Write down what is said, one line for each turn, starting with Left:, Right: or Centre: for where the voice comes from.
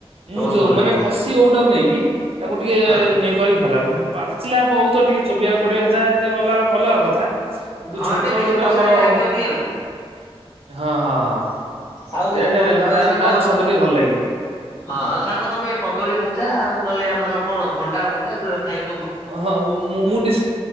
Right: ମୁଁ
Left: ବହୁତ
Right: ଯୋଉଁ
Left: ଭଲ
Right: ମାନେ
Left: ଲାଗେ
Right: କଷି ଓଉଟାକୁ ନେଇକି ତାକୁ ଟିକେ
Left: ହଁ
Right: ନେଇ କରିକି ଗଲା ପାଚିଲା ଓଉ ତ ଟିକେ ଚୋବେଇବାକୁ ପଡିବ ସେଇଟା ଏତେ ଅଲଗା ଅଲଗା କଥା କିନ୍ତୁ
Left: ହଁ
Right: ଛୋଟ
Left: ଟିକେ ବେଶୀ
Right: ଯୋଉଁଟା
Left: କଷାଳିଆ
Right: ଆମର
Left: ଲାଗିବ ଟିକେ ଆଉ
Right: ହଁ ହଁ ହଁ
Left: ଆଉ
Right: ସେଟା
Left: ବନ୍ଧୁ ଆଉ ସାଙ୍ଗ
Right: ତାର ସ୍ୱାଦ ଟିକେ ଭଲ ଲାଗିବ।
Left: ହଁ ଆଉ ସାଙ୍ଗ ତମେ କଦଳୀ ଭଜା ଆଉ ନହେଲେ ଆମର କଣ ଭଣ୍ଡା ଭଜା ଏଗୁଡା ଖାଇ
Right: ହଁ ମୁଁ ଟିକେ